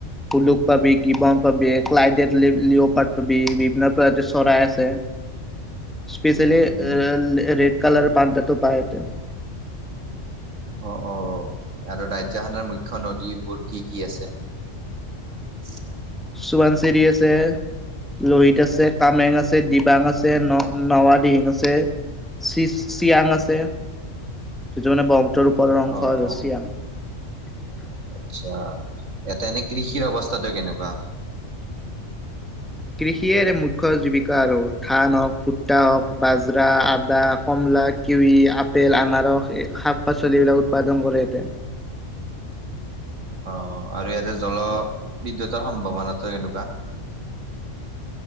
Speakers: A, in the centre; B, on the right (about 70°).
A: কুলুক পাবি, গিবন পাবি, ক্লাইডে লিঅ'পাত পাবি বিভিন্ন প্ৰজতিৰ চৰাই আছে।
B: <inaudible>
A: স্পেচিয়েলি
B: উম
A: ৰেড কালাৰ পাণ্ডাটো পায় এইয়াতে।
B: অ অ, আৰু ৰাজ্যখনৰ মুখ্য নদীবোৰ কি কি আছে? <unintelligible>
A: সোৱনশিৰি আছে, লোহিত আছে, কামেং আছে, দিবাং আছে, ন ন দিহিং আছে, চি চিয়াং আছে যিটো মানে ব্ৰক্ষ্মপুত্ৰৰ ওপৰৰ অংশ
B: অ
A: আৰু
B: অ
A: চিয়াং।
B: আচ্ছা, এইয়াতে এনে কৃষিৰ অৱস্থাটো কেনেকুৱা?
A: কৃষিৰে মুখ্য জীৱিকা আৰু ধান হওক, ফুট্টা হওক, বাজ্ৰা, আদা, কমলা - কিউৰি, আপেল, আনাৰস, শাক পাচলিবিলাক উৎপাদন কৰে সিহঁতে।
B: অ আৰু ইয়াতে জলবিদ্যুতৰ সম্ভাৱনাতো কেনেকুৱা?